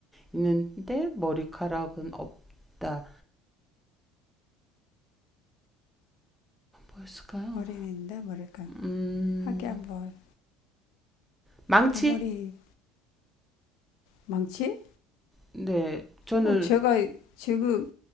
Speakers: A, in the centre; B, on the left (about 70°).
A: 있는데 머리카락은 없다. 뭐 있을까요?
B: 머리인데 뭐랄까
A: 음,
B: 하기 한번..
A: 망치?
B: 대머리 망치?
A: 네, 저는,
B: 어 제가 지금